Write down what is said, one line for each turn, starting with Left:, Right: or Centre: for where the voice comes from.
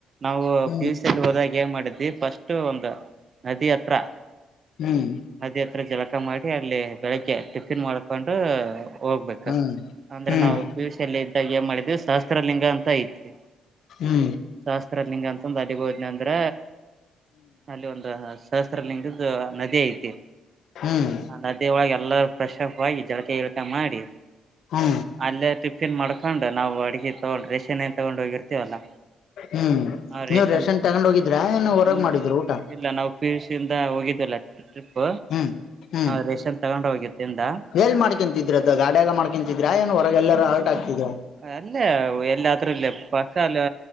Right: ನಾವು
Left: ಹ್ಮ್
Right: ಪಿ ಯುಸ ಅಲ್ಲಿ ಹೋದಾಗ ಏನ್ ಮಾಡಿದ್ವಿ ಫಸ್ಟ್. ಒಂದು ನದಿ ಹತ್ರ.
Left: ಹ್ಮ್.
Right: ನದಿ ಹತ್ರ ಜಲಕ ಮಾಡಿ ಅಲ್ಲಿ ಬೆಳಿಗ್ಗೆ ಟಿಫಿನ್ ಮಾಡಕೊಂಡು ಹೋಗ್ಬೇಕು
Left: ಹ್ಮ್
Right: ಅಂದ್ರೆ
Left: ಹ್ಮ್
Right: ನಾವು ಪಿ ಯು ಸಿ ಯಲ್ಲಿ ಇದ್ದಾಗ ಏನ್ ಮಾಡಿದವಿ ಶಸ್ತ್ರ. ಲಿಂಗ ಅಂತ ಐತಿ.
Left: ಹು.
Right: ಶಾಸ್ತ್ರಲಿಂಗ ಅಂತಂದು ಅಲ್ಲಿ ಹೋದ್ನೆ ಅಂದ್ರ. ಅಲ್ಲಿ ಒಂದು ಸಹಸ್ರ ಲಿಂಗದ್ದು ನದಿ ಐತಿ
Left: ಹ್ಮ್
Right: ಆ ನದಿಯ ಒಳಗೆ ಎಲ್ಲರೂ ಫ್ರೆಶ್ಫ್ ಆಗಿ ಜಳಕ ಗಿಳಕ ಮಾಡಿ.
Left: ಹು.
Right: ಅಲ್ಲೇ ಟಿಫಿನ್ ಮಾಡ್ಕೊಂಡು ನಾವು ಅಡ್ಗೆ ತಗೊಂಡ್ ರೇಷೆನ್ನ್ ಏನು ತೊಗೊಂಡ್ ಹೋಗಿರ್ತೀವಲ್ಲ.
Left: ಹು
Right: ಆ
Left: ನೀವ್
Right: ರೇಷನ್
Left: ರೆಷನ್ ತಗೊಂಡ್ ಹೋಗಿದ್ರ ಏನು ಹೊರಗ್
Right: ಹ್ಮ್
Left: ಮಾಡಿದ್ರು ಊಟ.
Right: ಇಲ್ಲ ನಾವು ಪಿ ಯು ಸಿ ಯಿಂದ ಹೋಗಿದ್ಲ ಟ್ರಿಪ್
Left: ಹ್ಮ್ ಹ್ಮ್
Right: ರೇಷನ್ ತಗೊಂಡು ಹೋಗಿದ್ದಿಂದ.
Left: ಎಲ್ ಮಾಡ್ಕೊಂತಿದ್ರರದು ಗಾಡಿಯಾಗ ಮಾಡ್ಕಂತಿದ್ರಾ ಏನ ಹೊರಗೆಲ್ಲಾರ ಆಲ್ಟ್ ಆಗ್ತಿದ್ರಾ.
Right: ಅಲ್ಲೇ ಎಲ್ಲದ್ರೂಲ್ಲ ಬಸ್ಸ ಅಲ್ಲಿ